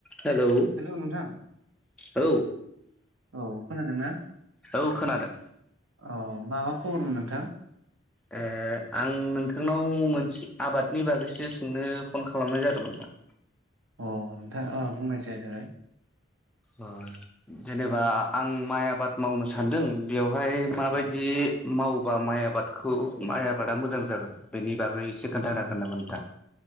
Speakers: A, in the centre; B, on the right.
A: Hello
B: hello नोंथां
A: औ
B: औ खोनादों ना
A: औ खोनादों
B: अ माबा खबरमोन नोंथां
A: ओ आं नोंथांनाव मोनसे आबादनि बागैसो सोंनो फन खालामनाय जादोंमोन नोंथां
B: अ नोंथाङा अ बुंनायसाय देलाय
A: ओ जेनेबा आं माइ आबाद मावनो सानदों बेवहाय माबायदि
B: औ
A: मावबा माइ आबादखौ माइ आबादा मोजां जागोन बेनि बागै एसे खोन्थानो हागोन नामा नोंथां